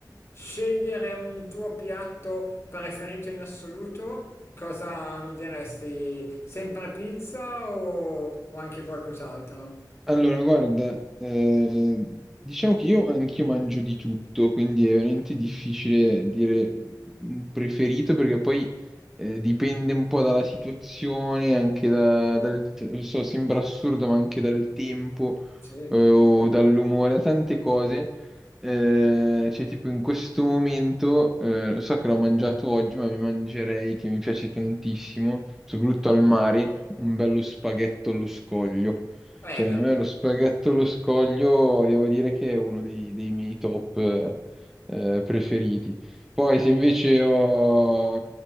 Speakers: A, on the left (about 40°); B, in the centre.
A: scegliere un tuo piatto preferito in assoluto, cosa mi diresti? Sempre pizza o, o anche qualcos'altro?
B: Allora, guarda, eh, diciamo che io anch'io mangio di tutto, quindi è veramente difficile dire un preferito perché poi eh, dipende un po' dalla situazione, anche da- dal, non so, sembra assurdo, ma anche dal tempo
A: Sì.
B: eh, o dall'umore, da tante cose. Eh, cioè, tipo in questo momento, eh, lo so che l'ho mangiato oggi, ma mi mangerei, che mi piace tantissimo, soprattutto al mare, un bello spaghetto allo scoglio.
A: Eh
B: Cioè,
A: beh,
B: a me lo spaghetto allo scoglio devo dire che è uno dei, dei miei top eh, eh, preferiti. Poi se invece ho,